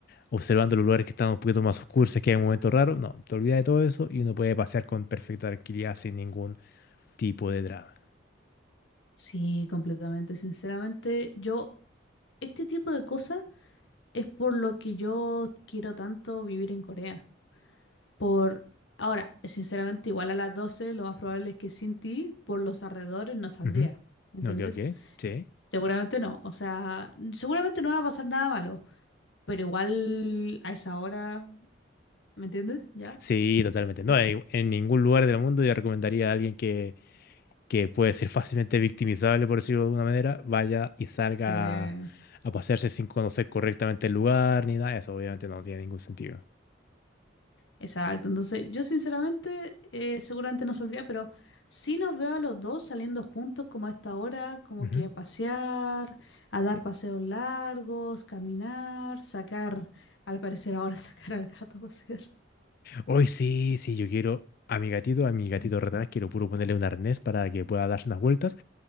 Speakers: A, on the left (about 50°); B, on the left (about 70°).
A: observando los lugares que están un poquito más oscuros, que hay un momento raro. No, te olvidas de todo eso y uno puede pasear con perfecta tranquilidad sin ningún tipo de drama.
B: Sí, completamente. Sinceramente, yo, este tipo de cosas es por lo que yo quiero tanto vivir en Corea. Por ahora, sinceramente, igual a las 12 lo más probable es que sin ti, por los alrededores, no saldría.
A: Ujú.
B: ¿Me entiendes?
A: Ok, ok. Sí.
B: Seguramente no. O sea, seguramente no va a pasar nada malo. Pero igual a esa hora, ¿me entiendes? ¿Ya?
A: Sí, totalmente. No, en en ningún lugar del mundo yo recomendaría a alguien que que puede ser fácilmente victimizable, por decirlo de alguna manera, vaya y salga
B: Sí.
A: a, a pasearse sin conocer correctamente el lugar ni nada de eso. Obviamente no tiene ningún sentido.
B: Exacto, entonces yo sinceramente eh, seguramente no saldría, pero sí nos veo a los dos saliendo juntos como a esta hora, como
A: Ujú.
B: que a pasear, a dar paseos largos, caminar, sacar, al parecer ahora <laughs> sacar al gato a pasear.
A: Hoy sí, sí, yo quiero a mi gatito, a mi gatito retrás, quiero puro ponerle un arnés para que pueda darse unas vueltas,